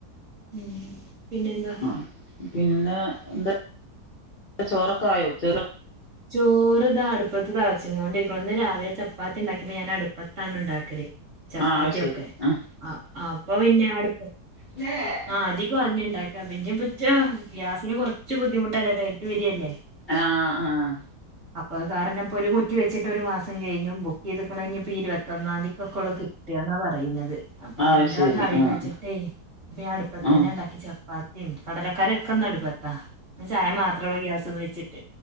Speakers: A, on the right; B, on the left.
A: ഉം പിന്നെന്താ.
B: ആ. പിന്നെ എന്ത ചോറക്കായോ ഉച്ച
A: ചോറ് താ അടുപ്പത്ത് തൾച്ച്ങ്ങോണ്ടിരിക്കണു ഇന്ന് രാവിലെ ച പ്പാത്തി ണ്ടാക്ക്യപ്പ ഞാനടുപ്പത്താണുണ്ടാക്കല്. ചപ്പാത്ത്യൊക്കെ
B: ആഹ് അത് ശരി ആഹ്
A: അ അപ്പ പിന്നെ അടുപ്
B: ലേ.
A: ആഹ് അധികു അഎന്നെണ്ടാക്കാ പിന്ന പച്ച ഗ്യാസിന് കൊറച്ച് ബുദ്ധിമുട്ടല്ലേ ട്ടൈറ്റ് വര്യല്ലേ.
B: ആഹ് ആഹ്.
A: അപ്പവ് കാരണംപ്പൊരു കുറ്റി വെച്ചിട്ടൊരു മാസം കെയ്ഞ്ഞു ബുക്കെയ്ത്ക്കണ ഞ് പ്പീ ഇരുപത്തൊന്നാംന്തിക്ക ക്കൊള്ളു ക്- ദ്യന്ന പറയ്ന്നത് അപ്പഞ്ഞെന്താന്നറീലച്ച്ട്ടെ
B: അത് ശരി ആഹ്
A: പ്പഞാ അട്പ്പത്തന്നെ
B: ആഹ്
A: ണ്ടാക്കി ചപ്പാ നിം കടലക്കറ്യൊക്കെന്നട്പ്പത്താ ന്ന് ചായ മാത്രള്ളൂ ഗ്യാസും വെച്ചിട്ട്.